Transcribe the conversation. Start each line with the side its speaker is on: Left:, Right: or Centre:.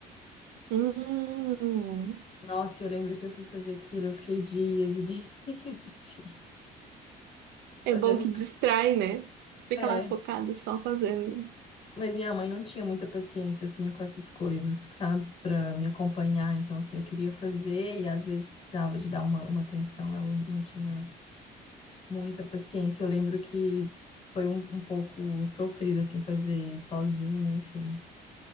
Right: Hum,
Left: Nossa, eu lembro que eu fui fazer aquilo, eu fiquei dias e <laughs> dias e dias
Right: é
Left: fazendo.
Right: bom que distrai, né? Você fica
Left: É,
Right: lá focado só fazendo.
Left: mas minha mãe não tinha muita paciência assim com essas coisas, sabe, para me acompanhar. Então, assim, eu queria fazer e às vezes precisava de dar uma, uma atenção, ela não tinha muita paciência. Eu lembro que foi um, um pouco sofrido, assim, fazer sozinha, enfim.